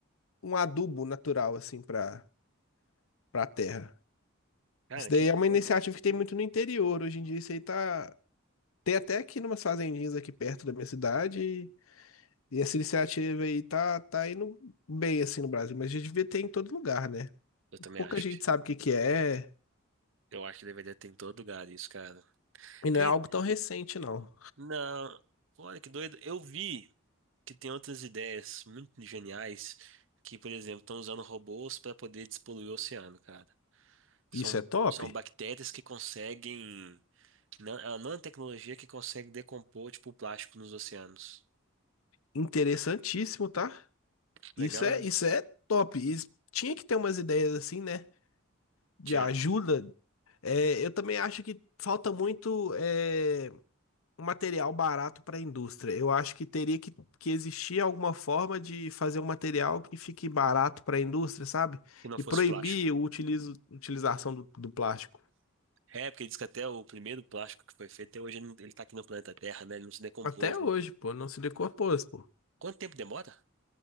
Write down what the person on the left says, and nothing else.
um adubo natural assim para para a terra.
Isso daí
é uma iniciativa que tem muito no interior. Hoje em dia isso aí tá Tem até aqui umas fazendinhas aqui perto da minha cidade. E essa iniciativa aí tá, tá indo bem assim no Brasil, mas já devia ter em todo lugar, né?
Pouca
gente
sabe o que que é,
e
não é algo tão recente, não.
Isso
é top?
Interessantíssimo, tá?
Isso é,
isso é top. Isso- tinha que ter umas ideias assim, né? De
ajuda. É, eu também acho que falta muito. é, um material barato para a indústria. Eu acho que teria que, que existir alguma forma de fazer um material que fique barato para a indústria, sabe?
E
proibir
o utilizo, utilização do, do plástico.
Até hoje,
pô, não se decompôs, pô.